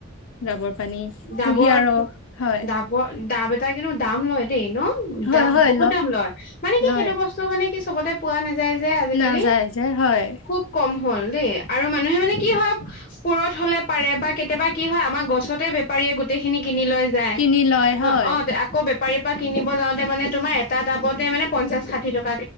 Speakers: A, on the left; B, on the left.
A: ডাবৰ পানী
B: ডাবৰ,
A: কুঁহিয়াৰ ৰস হয়
B: ডাবৰ, ডাব তাই কিন্তু, দাম লয় দেই ন'?
A: হয়
B: দাম
A: হয়
B: বহুত দাম লয়! মানে কি,
A: লয়
B: সেইটো বস্তু মানে কি চবতে পোৱা নাযায় যে আজিকালি।
A: নাযায় যে হয়
B: খুব কম হ'ল দেই আৰু মানুহে মানে কি হয় পুৰঠ হ'লে পাৰে বা কেতিয়াবা কি হয়, আমাৰ গছতে বেপাৰীয়ে গোটেইখিনি কিনি লৈ যায়।
A: কিনি লয় হয়
B: অ'! অ'! আকৌ বে পাৰি পা কিনিব যাওঁতে মানে, তোমাৰ এটা ডাবতে মানে, পঞ্চাছ, ষাঠি টকা।